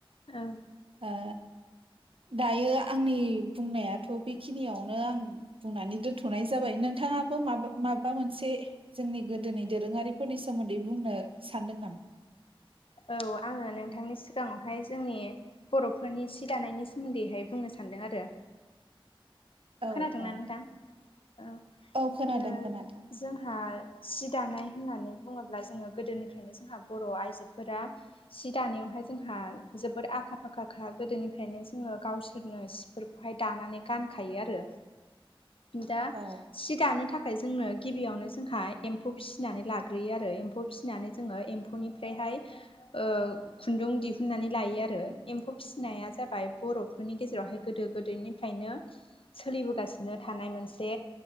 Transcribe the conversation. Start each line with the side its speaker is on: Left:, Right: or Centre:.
Left: औ
Right: ओ दायो आंनि बुंनायाथ' बेखिनियावनो आं बुंनानै दोनथ'नाय जाबाय नोंथाङा मा माबा मोनसे जोंनि गोदोनि दोरोङारिफोरनि सोमोन्दै बुंनो सानदों नामा?
Left: औ आङो नोंथांनि सिगाङावहाय जोंनि बर'फोरनि सि दानायनि सोमोन्दैहाय बुंनो सा सानदों आरो।
Right: <inaudible> औ
Left: खोनादोंना
Right: औ
Left: नोंथां? औ
Right: औ खोनादों
Left: ओ
Right: खोनादों
Left: जोंहा सि दानाय होननानै बुङोब्ला जोङो गोदोनिफ्रायनो जोंहा बर' आइजोफोरा सि दानायावहाय जोंहा जोबोद आखा फाखाखा गोदोनिफ्रायनो जोङो गावसोरनो सिफोरखौहाय दानानै गान खायो आरो दा
Right: औ
Left: सि दानो था खाय जोंनो गिबियावनो जोंहा एम्फौ फिसिनानै लाग्रोयो आरो एम्फौ फिसिनानै जोङो एम्फौनिफ्रायहाय हाय ओ खुन्दुं दिहुननानै लायो आरो एम्फौ फिसिनाया जाबाय बर'फोरनि गेजे जेरावहाय गोदो गोदायनिफ्रायनो सोलिबोगासिनो थानाय मोनसे